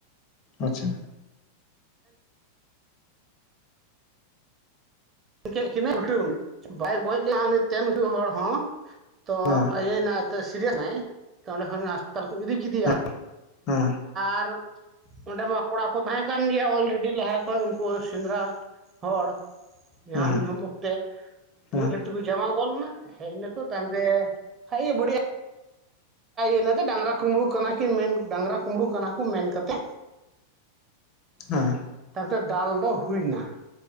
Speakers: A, on the left; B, on the right.
A: ᱟᱪᱪᱷᱟ ᱾
B: ᱠᱮᱫ ᱠᱤᱱᱟᱹ ᱩᱞᱴᱟᱣ ᱮᱱᱟ ᱵᱟᱭ ᱜᱚᱡ ᱞᱮᱱᱟ ᱩᱱᱤ ᱛᱮᱱ ᱩᱪᱩ ᱦᱚᱲ ᱦᱚᱸ ᱾ ᱛᱚ
A: ᱦᱮᱸ
B: ᱤᱭᱟᱹ ᱮᱱᱟᱭ ᱛᱮ ᱥᱤᱨᱤᱭᱟᱥ ᱮᱱᱟᱭ ᱛᱚ ᱚᱸᱰᱮ ᱠᱷᱚᱱ ᱦᱟᱥ ᱛᱟᱦᱮᱞᱮ ᱠᱚ ᱤᱫᱤ ᱠᱮᱫᱮᱭᱟ
A: ᱦᱮᱸ ᱦᱮᱸ
B: ᱟᱨ, ᱚᱸᱰᱮ ᱢᱟ ᱠᱚᱲᱟ ᱠᱚ ᱛᱟᱦᱮᱸ ᱠᱟᱱ ᱜᱮᱭᱟ ᱚᱞᱨᱮᱰᱤ ᱞᱟᱦᱟ ᱠᱷᱚᱱ ᱩᱱᱠᱩ ᱥᱮᱸᱫᱽᱨᱟ ᱦᱚᱲ, ᱧᱟᱦᱟᱢ
A: ᱦᱮᱸ
B: ᱧᱩᱦᱩᱢ ᱚᱠᱛᱮ
A: ᱦᱮᱸ
B: ᱢᱤᱫ ᱜᱷᱟᱲᱤ ᱛᱮᱠᱚ ᱡᱚᱢᱟ ᱜᱚᱫ ᱞᱮᱱᱟ ᱦᱮᱡ ᱮᱱᱟᱠᱚ ᱛᱟᱭᱚᱢ, ᱛᱮ ᱦᱟᱜ-ᱮ ᱵᱩᱰᱤᱭᱟᱹ ᱤᱱᱟ ᱛᱮ ᱰᱟᱝᱜᱨᱟ ᱠᱩᱸᱢᱵᱽᱲᱩ ᱠᱟᱱᱟ ᱠᱤᱱ ᱢᱮᱱ ᱰᱟᱝᱜᱨᱟ ᱠᱩᱸᱢᱵᱽᱲᱩ ᱠᱟᱱᱟ ᱠᱚ ᱢᱮᱱ ᱠᱟᱛᱮᱫ
A: ᱦᱮᱸ ᱾
B: ᱛᱟᱭᱚᱢ ᱛᱮ ᱫᱟᱞ ᱫᱚ ᱦᱩᱭᱱᱟ ᱾